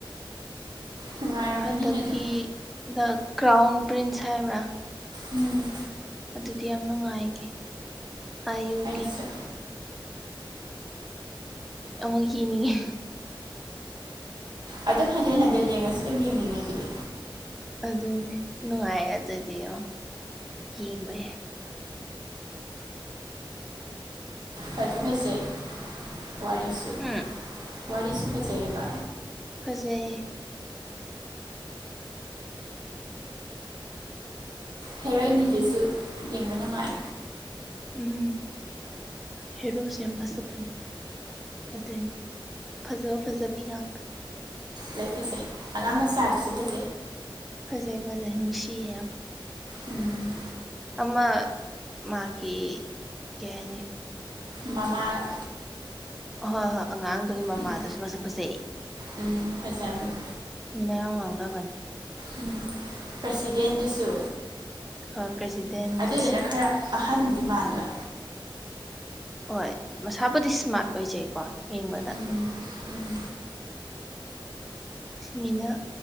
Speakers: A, on the right; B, in the centre.
A: ꯅꯨꯡꯉꯥꯏꯔꯝꯒꯅꯤꯗ
B: ꯍꯟꯗꯛꯀꯤ
A: ꯑꯗꯨꯝ
B: ꯗ ꯀ꯭ꯔꯥꯎꯟ ꯄ꯭ꯔꯤꯟꯁ ꯍꯥꯏꯕ꯭ꯔꯥ
A: ꯎꯝ
B: ꯑꯗꯨꯗꯤ ꯌꯥꯝ ꯅꯨꯡꯉꯥꯏꯒꯤ ꯑꯥꯏꯌꯨꯒꯤ
A: ꯑꯩꯁꯨ
B: ꯑꯃꯨꯛ ꯌꯦꯡꯅꯤꯡꯉꯦ
A: ꯑꯗꯨꯝ ꯍꯟꯖꯟ ꯍꯟꯖꯟ ꯌꯦꯡꯉꯁꯨ ꯑꯗꯨꯝ ꯌꯦꯡꯅꯤꯡꯉꯦ ꯑꯗꯨꯗꯤ
B: ꯑꯗꯨꯅꯦ ꯅꯨꯡꯉꯥꯏ ꯑꯗꯨꯗꯤ ꯑꯣ ꯌꯦꯡꯕ ꯌꯥꯏ
A: ꯐꯗꯤ ꯐꯖꯩ ꯋꯥꯔꯤꯁꯨ
B: ꯎꯝ
A: ꯋꯥꯔꯤꯁꯨ ꯐꯖꯩ ꯑꯦꯕ
B: ꯐꯖꯩ
A: ꯍꯦꯔꯣꯅꯤꯗꯨꯁꯨ ꯌꯦꯡꯕ ꯅꯨꯡꯉꯥꯏ
B: ꯎꯝ ꯍꯦꯔꯣꯁꯨ ꯌꯥꯝ ꯐꯖꯕꯅꯤ ꯑꯝ ꯑꯗꯨꯅꯤ ꯐꯖꯕ ꯐꯖꯕꯤ ꯉꯥꯛꯇ
A: ꯂꯣꯏ ꯐꯖꯩ ꯑꯉꯥꯡ ꯃꯆꯥꯗꯨꯁꯨ ꯐꯖꯩ
B: ꯐꯖꯩ ꯐꯖꯩ ꯅꯨꯡꯁꯤꯌꯦ ꯌꯥꯝ
A: ꯎꯝ
B: ꯑꯃ ꯃꯥꯒꯤ ꯀꯩ ꯍꯥꯏꯅꯤ
A: ꯃꯃꯥꯗꯣ
B: ꯍꯣꯏ ꯍꯣꯏ ꯑꯉꯥꯡꯗꯨꯒꯤ ꯃꯃꯥꯗꯨꯁꯨ
A: ꯎꯝ
B: ꯃꯁꯛ ꯐꯖꯩ
A: ꯎꯝ ꯐꯖꯕꯅꯦ
B: ꯃꯤꯅ ꯌꯥꯝ ꯉꯥꯎꯅꯕꯅꯦ
A: ꯎꯝ ꯄ꯭ꯔꯁꯤꯗꯦꯟꯗꯨꯁꯨ
B: ꯍꯣꯏ ꯄ꯭ꯔꯦꯁꯤꯗꯦꯟꯗꯨꯁꯨ
A: ꯑꯗꯨꯗꯨꯅ ꯈꯔ ꯑꯍꯟꯗꯤ ꯃꯥꯟꯗ꯭ꯔꯥ
B: ꯑꯣꯏ ꯃꯁꯥꯕꯨꯗꯤ ꯁ꯭ꯃꯥꯔꯠ ꯑꯣꯏꯖꯩꯀꯣ ꯌꯦꯡꯕꯗ
A: ꯎꯝ ꯎꯝ
B: ꯃꯤꯅ